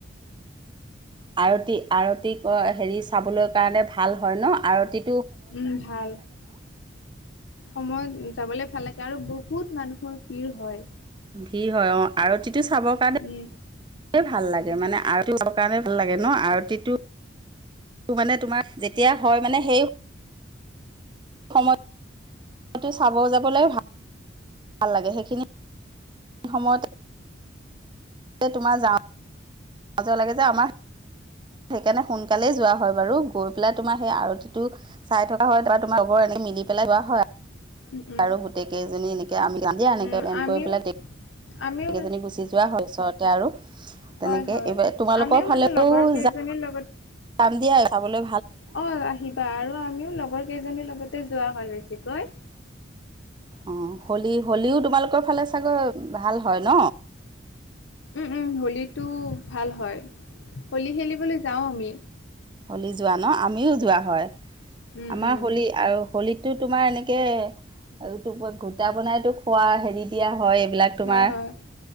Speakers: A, on the right (about 25°); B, on the left (about 75°).
A: আৰতি আৰতি ক হেৰি চাবলৈ কাৰণে ভাল হয় ন আৰতি
B: উম ভাল সময়ত যাবলৈ ভাল লাগ গে আৰু বহুত মানুহৰ ভিৰ হয়।
A: ভিৰ হয়, অ আৰতিটো চাব কাৰণে
B: উম,
A: ভাল লাগে মানে আৰতিটো চাব কাৰণে ভাল লাগে ন, আৰতিটো টো মানে তোমাৰ যেতিয়া হয় মানে সেই সময়ত চাব যাবলৈ ভা, ভাল লাগে সেইখিনি। সময়ত। তোমাৰ যা পাজৰ লাগে যে আমাৰ সেইকাৰণে সোনকালেই যোৱা হয় বাৰু গৈ পেলাই তোমাক সেই আৰতিতোত চাই থকা হয় তাত তোমাৰ চবৰ এনে মিলি পেলাই চোৱা হয়।
B: উম, উম,
A: আৰু গোটেই কেইজনী এনেকে <unintelligible> এনেকে
B: উম,
A: প্লেন
B: আমিও
A: কৰি পেলাই
B: আমিও
A: সেকেইজনী গুচি যোৱা হয় ওচৰতে আৰু।
B: হয়
A: তেনেকে
B: হয়
A: এইবাৰ তোমালোকৰ
B: আমিও মানে
A: ফালেও
B: লগৰ কেইজনীৰ
A: যা
B: লগত
A: পাম দিয়া চাবলৈ।
B: অ আহিবা আৰু আমিও লগৰ কেইজনীৰ লগতে যোৱা হয় বেছিকৈ।
A: অঁ হোলী, হোলীও তোমালোকৰ ফালে চাগৈ ভাল হয় ন।
B: উম উম হোলীটো ভাল হয়, হোলী খেলিবলৈ যাওঁ আমি।
A: হোলী যোৱা ন আমিও যোৱা হয়,
B: উম
A: আমাৰ
B: উম
A: হোলী আৰু হোলীটোত তোমাৰ এনেকে এইটো গোটা বনাইতো খোৱা হেৰি দিয়া হয়। এইবিলাক তোমাৰ
B: হয় হয়